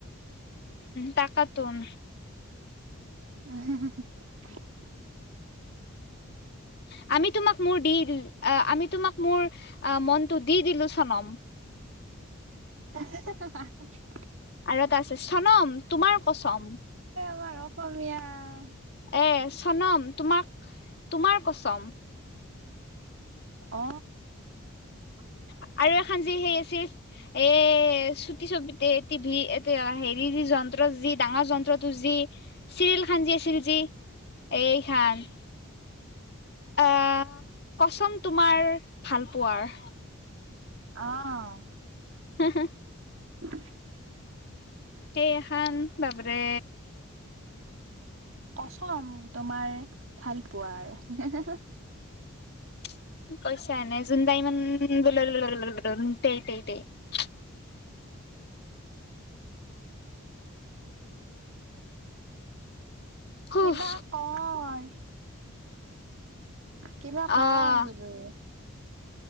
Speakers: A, on the left; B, on the right.
A: তাকাতোন
B: উম হু হু <unintelligible>
A: <unintelligible> <inaudible> আমি তোমাক মোৰ দিল আমি তোমাক মোৰ মনটো দি দিলো চনম
B: <unintelligible>
A: আৰু এটা আছে সনম তোমাৰ কচম
B: তোমাৰ অসমীয়া
A: এ চনম তোমাক তোমাৰ কচম
B: অ
A: <unintelligible> আৰু এখন যি সেই আছিল এ চুটি ছবিতে টিভি এ হেৰি যি জন্ত যি যি ডাঙৰ যন্ত্ৰটো যি চিৰিয়ল খান যি আছিল যি এই খান আহ কচোন তোমাৰ ভাল পোৱাৰ
B: আহ
A: হম হু
B: <unintelligible>
A: সেই খান বাপৰে
B: কচম তোমাৰ ভাল পোৱাৰ।
A: <unintelligible> হুফ
B: কিবা কয়? কিবা ঘ
A: আহ
B: বোলো